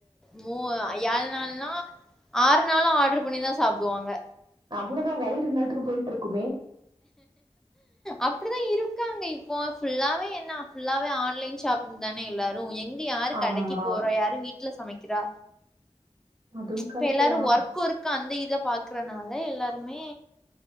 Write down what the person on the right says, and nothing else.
அவ்வளதா வயிறு இன்னாத்துக்கு போயிட்டு இருக்கு
ஆமா
அதுவும்
கரெக்ட்
தான்